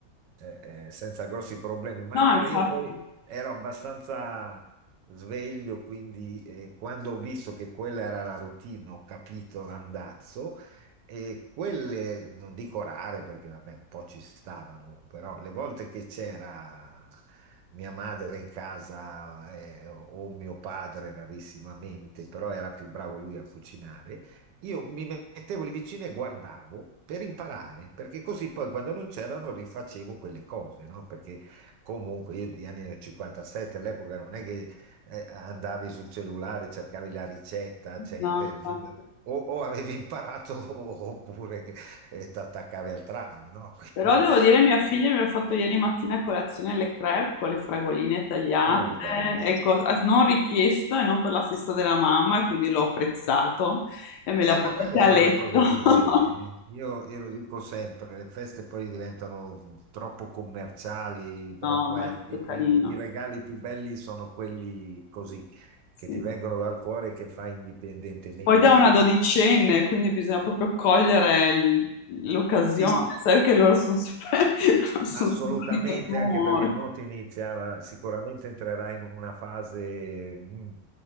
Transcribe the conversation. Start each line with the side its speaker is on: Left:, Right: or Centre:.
Right: eh, eh, senza grossi problemi. Ma
Left: No,
Right: guarda,
Left: infatti,
Right: io poi ero abbastanza sveglio, quindi eh, quando ho visto che quella era la routine, ho capito l'andazzo e quelle, non dico rare perché vabbè, un po' ci stavano, però le volte che c'era mia madre in casa eh, o mio padre rarissimamente, però era più bravo lui a cucinare, io mi mettevo lì vicino e guardavo per imparare, perché così poi quando non c'erano rifacevo quelle cose, no? Perché comunque io di anni del 57 all'epoca non è che eh, andavi sul cellulare, cercavi la ricetta, cioè,
Left: no,
Right: eh,
Left: infatti.
Right: <laughs> o, o avevi imparato <laughs> oppure ti attaccavi al tram, no? <laughs>
Left: Però
Right: Quindi,
Left: devo dire, mia figlia mi ha fatto ieri mattina a colazione le crepe con le fragoline tagliate,
Right: oh, bravissimo.
Left: ecco, non richiesto e non per la festa della mamma, e quindi l'ho apprezzato e me
Right: Sì,
Left: le ha
Right: ma
Left: portate
Right: quelle sono
Left: a letto.
Right: le cose
Left: <laughs>
Right: più belle. eh. Io, io lo dico sempre, le feste poi diventano troppo commerciali, troppo,
Left: No, ma
Right: eh,
Left: è stato
Right: i,
Left: carino.
Right: i- i regali più belli sono quelli così,
Left: Sì.
Right: che ti vengono dal cuore e che fai indipendentemente
Left: Poi da una
Right: da...
Left: dodicenne, quindi bisogna proprio cogliere il- l'occasione,
Right: Sì,
Left: sai che loro sono sempre, <laughs> sono
Right: Assolutamente,
Left: sempre di cattivo
Right: anche
Left: umore.
Right: perché Monti inizia, sicuramente entrerà in una fase, mm,